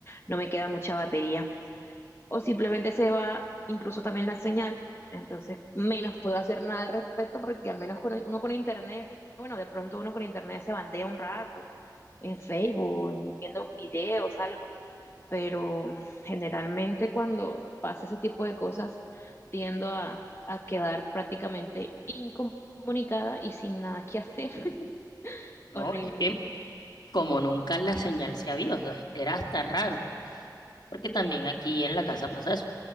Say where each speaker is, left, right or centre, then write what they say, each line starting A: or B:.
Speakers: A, on the left (about 35°); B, on the left (about 70°).
A: no me queda mucha batería. O simplemente se va incluso también la señal. Entonces, menos puedo hacer nada al respecto, porque al menos con, e, uno con internet, bueno, de pronto uno con internet se bandea un rato en Facebook, viendo videos, algo pero generalmente cuando pasa ese tipo de cosas tiendo a, a quedar prácticamente incomunicada y sin nada que hacer. <laughs>
B: No,
A: Horrible.
B: es que como nunca la señal se había, o sea, era hasta raro, porque también aquí en la casa pasa eso.